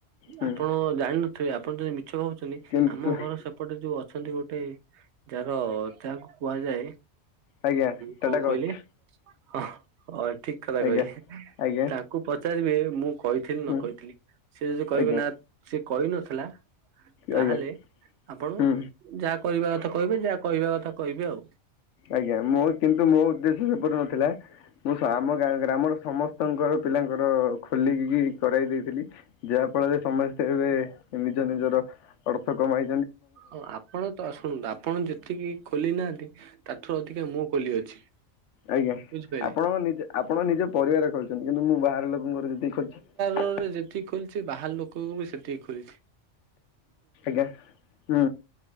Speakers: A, on the left; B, on the right.
A: ହୁଁ
B: ଆପଣ ଜାଣିନଥିବେ ଆପଣ ଯଦି ମିଛ ଭାବୁଛନ୍ତି
A: କିନ୍ତୁ
B: ଆମ ଘର ସେପଟେ ଯୋଉ ଅ ଅଛନ୍ତି ଗୋଟେ ଯାହାର ଯାହାକୁ କୁହାଯାଏ।
A: ଆଜ୍ଞା ଟାଟା
B: ହଁ କଣ
A: କରୁଛି
B: କହିଲି ହଁ ହଁ ଠିକ କଥା
A: ଆଜ୍ଞା
B: କହିଲେ।
A: ଆଜ୍ଞା
B: ତାଙ୍କୁ ପଚାରିବି ମୁଁ କହିଥିଲି ନ
A: ହୁଁ
B: କହିଥିଲି ସେ ଯ କହିବି
A: ଆଜ୍ଞା
B: ନା ସେ କହିନଥିଲା ତାହେଲେ
A: ଆଜ୍ଞା
B: ଆପଣ
A: ହୁଁ
B: ଯାହା କହିବା କଥା କହିବେ ଯାହା କହିବା କଥା କହିବେ ଆଉ।
A: ଆଜ୍ଞା ମୁଁ କିନ୍ତୁ ମୋ ଉଦ୍ଦେଶ୍ୟ ସେପରି ନଥିଲା। ମୁଁ ଆମା ଗ୍ରାମର ସମସ୍ତଙ୍କର ପିଲାଙ୍କର ଖୋଲିକିକି କରାଇ ଦେଇଥିଲି ଯାହା ଫଳରେ ସମସ୍ତେ ଏବେ ନିଜ ନିଜର ଅର୍ଥ କମାଇ
B: ଆଉ ଆପଣ ତ ଶୁଣନ୍ତୁ ଆପଣ ଯେତିକି ଖୋଲି ନାହାନ୍ତି ତାଠାରୁ ଅଧିକା ମୁଁ ଖୋଲି ଅଛି।
A: ଆଜ୍ଞା
B: ବୁଝିପାରିଲେ।
A: ଆପଣ ନିଜ ଆପଣ ନିଜ ପରିବାର ଖେଳୁଛନ୍ତି, କିନ୍ତୁ ମୁଁ ବାହାର ଲୋକଙ୍କର ଯେତିକି ଖଛି
B: ରେ ଯେତିକି ଖୋଲିଛି ବାହାର ଲୋକଙ୍କୁ ବି ସେତିକି ଖୋଲିଛି
A: ଆଜ୍ଞା। ହୁଁ